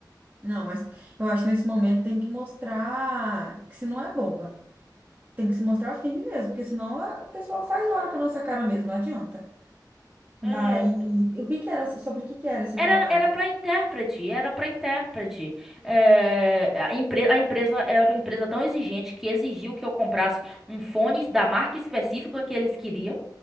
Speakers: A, on the right (about 25°); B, in the centre.
A: Não, mas eu acho que nesse momento tem que mostrar que se não é boba. Tem que se mostrar firme mesmo, porque senão a- o pessoal faz hora com a nossa cara mesmo, não adianta.
B: É,
A: Mas o que que era, sobre o que que era esse
B: Era,
A: trabalho?
B: era para intérprete, era para intérprete. É, a, empre- a empresa era uma empresa tão exigente que exigiu que eu comprasse um fone da marca específica que eles queriam,